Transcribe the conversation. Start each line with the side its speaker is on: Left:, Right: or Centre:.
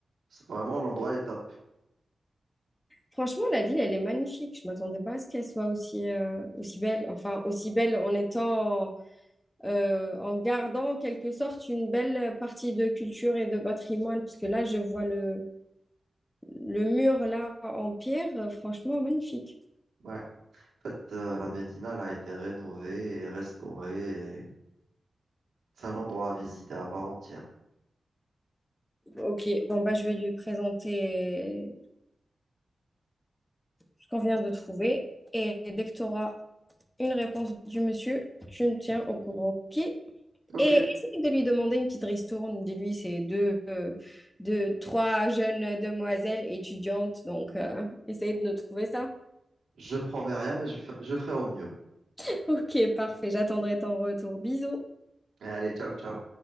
Right: c'est vraiment, l'endroit est top.
Left: Franchement, la ville, elle est magnifique. Je m'attendais pas à ce qu'elle soit aussi, euh, aussi belle. Enfin, aussi belle en étant, euh, en gardant en quelque sorte une belle partie de culture et de patrimoine. Parce que là, je vois le, le mur là en pierre. Euh, Franchement, magnifique.
Right: Ouais. En fait, euh, la Médina, elle a été rénovée et restaurée. et C'est un endroit à visiter à part entière.
Left: Ok, bon, bah, je vais lui présenter ce qu'on vient de trouver. Et dès que tu auras une réponse du monsieur, tu me tiens au courant. Ok? Et
Right: Ok,
Left: essaye de lui demander une petite ristourne. Dis-lui, c'est deux, euh, deux, trois jeunes demoiselles étudiantes. Donc, euh, essaye de nous trouver ça.
Right: je promets rien, mais je, f- je ferai au mieux.
Left: <laughs> Ok, parfait. J'attendrai ton retour. Bisous.
Right: Et allez, ciao, ciao.